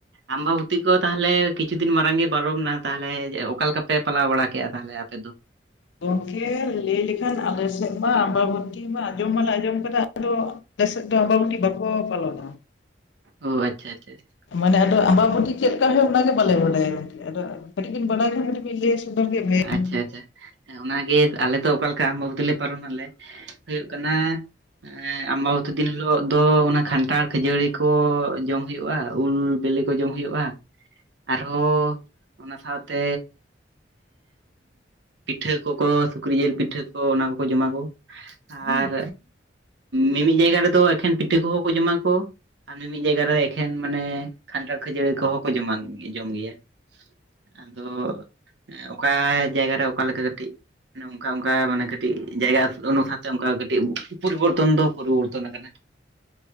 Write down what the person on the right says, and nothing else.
ᱟᱢᱵᱟᱵᱚᱛᱤ ᱠᱚ ᱛᱟᱦᱚᱞᱮ ᱠᱤᱪᱷᱩ ᱫᱤᱱ ᱢᱟᱲᱟᱝ ᱜᱮ ᱵᱟᱨᱚᱢ ᱱᱟ ᱛᱟᱦᱚᱞᱮ ᱚᱠᱟ ᱞᱮᱠᱟ ᱯᱮ ᱯᱟᱞᱟᱣ ᱵᱟᱲᱟ ᱠᱮᱫᱼᱟ ᱾ ᱛᱟᱦᱚᱞᱮ ᱟᱯᱮ ᱫᱚ?
ᱚ ᱟᱪᱪᱷᱟ ᱟᱪᱪᱷᱟ ᱟᱪᱪᱷᱟ
ᱟᱪᱪᱷᱟ ᱟᱪᱪᱷᱟ ᱟᱪᱪᱷᱟ᱾ ᱦᱮᱸ ᱚᱱᱟ ᱜᱮ ᱟᱞᱮ ᱫᱚ ᱚᱠᱟ ᱞᱮᱠᱟ ᱟᱢᱵᱟᱵᱚᱛᱤ ᱞᱮ ᱯᱟᱞᱚᱱ ᱟᱞᱮ ᱦᱳᱭᱳᱜ ᱠᱟᱱᱟ ᱦᱚᱸ ᱟᱢᱵᱟᱵᱚᱛᱤ ᱫᱤᱱ ᱦᱤᱞᱳᱜ ᱫᱚ, ᱚᱱᱟ ᱠᱷᱟᱱᱴᱟᱲ ᱠᱷᱟᱹᱡᱟᱹᱲᱤ ᱠᱚ ᱡᱚᱢ ᱦᱳᱭᱳᱜᱼᱟ, ᱩᱞ ᱵᱮᱞᱮ ᱠᱚ ᱡᱚᱢ ᱦᱩᱭᱩᱜᱼᱟ ᱟᱨᱦᱚᱸ ᱚᱱᱟ ᱥᱟᱶᱛᱮ ᱯᱤᱴᱷᱟᱹ ᱠᱚᱠᱚ ᱥᱩᱠᱨᱤ ᱡᱤᱞ ᱯᱤᱴᱷᱟᱹ ᱠᱚ ᱚᱱᱟ ᱠᱚᱠᱚ ᱡᱚᱢᱟ ᱠᱚ᱾ ᱟᱨ ᱢᱤᱢᱤᱫ ᱡᱟᱭᱜᱟ ᱨᱮᱫᱚ ᱮᱠᱷᱮᱱ ᱯᱤᱴᱷᱟᱹ ᱠᱚᱦᱚᱸ ᱠᱚ ᱡᱚᱢᱟ ᱠᱚ᱾ ᱟᱨ ᱢᱤᱢᱤᱫ ᱡᱟᱭᱜᱟ ᱨᱮ ᱮᱠᱷᱮᱱ ᱢᱟᱱᱮ ᱠᱷᱟᱱᱴᱟᱲ ᱠᱷᱟᱹᱡᱟᱹᱲᱤ ᱠᱚᱦᱚᱸ ᱠᱚ ᱡᱚᱢᱟ ᱡᱚᱢ ᱜᱮᱭᱟ᱾ ᱟᱫᱚ ᱦᱮᱸ ᱚᱠᱟ ᱡᱟᱭᱜᱟ ᱨᱮ ᱚᱠᱟᱮ ᱞᱮᱠᱟ ᱠᱟᱹᱴᱤᱡ ᱮ ᱱᱚᱝᱠᱟ ᱚᱝᱠᱟ ᱢᱟᱱᱮ ᱠᱟᱹᱴᱤᱡ ᱡᱟᱭᱜᱟ ᱚᱱᱩᱥᱟᱨ ᱛᱮ ᱚᱱᱠᱟ ᱠᱟᱹᱴᱤᱡ ᱯᱚᱨᱤᱵᱚᱨᱛᱚᱱ ᱫᱚ ᱯᱚᱨᱤᱵᱚᱨᱛᱚᱱ ᱟᱠᱟᱱᱟ ᱾